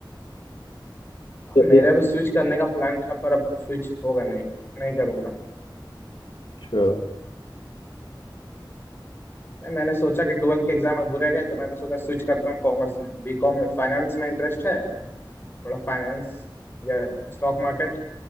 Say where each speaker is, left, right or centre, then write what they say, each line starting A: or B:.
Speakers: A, on the left; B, on the left.
A: तो
B: मेरा
A: एक
B: भी स्विच करने का प्लान था पर अब स्विच होगा नहीं नहीं करूंगा
A: अच्छा
B: नहीं मैंने सोचा कि ट्वेल्थ के एग्जाम अब बुरे गए तो मैंने सोचा स्विच करता हूँ कॉमर्स में बीकॉम में फाइनेंस में इंटरेस्ट है थोड़ा फाइनेंस या स्टॉक मार्केट